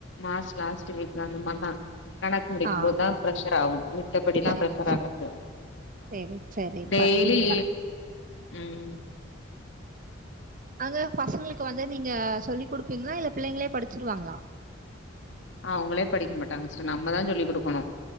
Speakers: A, on the left (about 65°); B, on the right (about 40°).
A: March last வீக்ல அந்த மாரிதா கணக்கு முடிக்கும்போதுதா
B: ஆ
A: பிரெஷர் ஆகு மித்தபடிலா
B: சரி,
A: பிரெஷர்
B: சரி.
A: ஆகாது
B: சரி, சரி.
A: டெய்லி
B: பரவால்ல.
A: உம்
B: அங்க பசங்களுக்கு வந்து நீங்க சொல்லி் குடுப்பீங்களா இல்ல பிள்ளைங்களே படிச்சிருவாங்களா
A: அவுங்களே படிக்க மாட்டாங்க சோ நம்மதா சொல்லி்க் குடுக்கணு